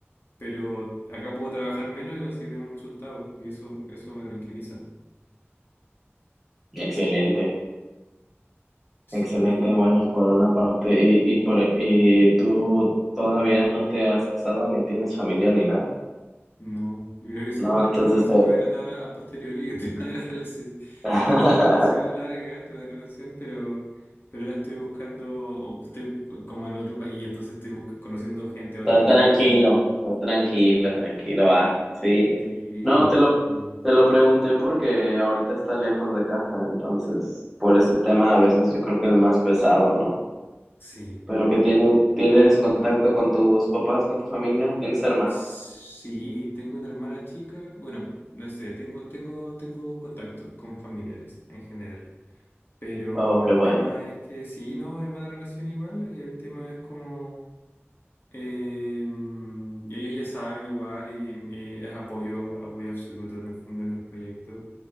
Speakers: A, on the left; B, in the centre.
A: pero acá puedo trabajar menos y conseguir el mismo resultado, y eso, eso me tranquiliza.
B: Excelente,
A: Sí,
B: excelente, bueno, por una parte, y, y, por, y tú todavía no te has casado, ni tienes familia, ni nada.
A: no, yo creo que ese es
B: No,
A: un tema
B: entonces
A: que igual se
B: te...
A: puede tratar a, a posteriori, <laughs> el tema de las relaciones.
B: <laughs>
A: Yo tuve una relación larga, tuve una relación, pero, pero ahora estoy buscando, o estoy como en otro país, entonces estoy busca- conociendo gente de
B: Estás
A: otro lado.
B: tranquilo, estás tranquilo, tranquilo, va, sí.
A: Sí,
B: No, te lo,
A: sí,
B: te lo pregunté porque ahorita está lejos de casa, entonces por ese tema a veces yo creo que es más pesado, ¿no?
A: sí.
B: Pero que tienes, tienes contacto con tus papás, con tu familia, tienes hermanos.
A: Sí, tengo una hermana chica, bueno, no sé, tengo, tengo, tengo contactos con familiares en general. Pero
B: Oh,
A: el
B: qué bueno.
A: tema es que sí, no, hay buena relación igual, y el tema es como eh, ellos ya saben igual y, y es apoyo, apoyo absoluto en el fondo en los proyectos.